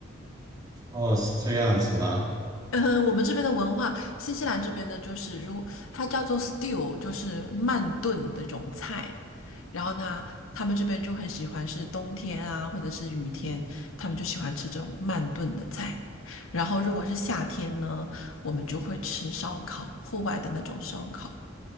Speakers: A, on the right; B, on the left.
A: 哦，是这样子吗？
B: 呃，我们这边的文化，新西兰这边的就是，如它叫做 stew，就是慢炖的那种菜。然后呢，他们这边就很喜欢是冬天啊，或者是雨天，他们就喜欢吃这种慢炖的菜。然后如果是夏天呢，我们就会吃烧烤，户外的那种烧烤。